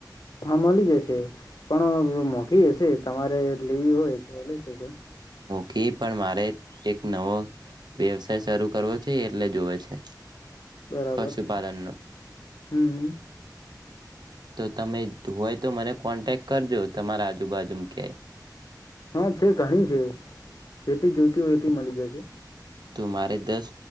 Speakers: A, on the left; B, on the right.
A: હા મલી જૈસે પણ મોગી હશે તમારે લેવી હોય તો લઈ જજો
B: કે પણ મારે એક નવો વ્યવસાય શરૂ કરવો છે એટલે જોવે છે
A: બરાબર
B: પશુપાલનનો
A: હમ હમ
B: તો તમે હોય તો મને કોન્ટેક કરજો તમારા આજુબાજુમાં ક્યાય
A: હા છે ઘણી છે જેટલી જોતી હોય એટલી મળી જશે
B: તો મારે દસ